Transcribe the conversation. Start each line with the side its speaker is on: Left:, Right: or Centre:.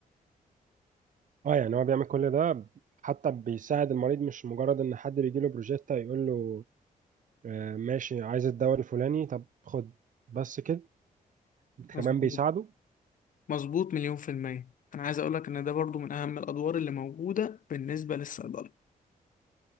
Right: اه يعني هو بيعمل كل ده حتى بيساعد المريض مش مجرد ان حد بيجي له بروجيكت يقول له آه، ماشي عايز الدواء الفلاني طب خد بس كده كمان
Left: مظبوط
Right: بيساعده
Left: مظبوط مليون في المية أنا عايز أقولك إن ده برضو من أهم الأدوار اللي موجودة بالنسبة للصيدلي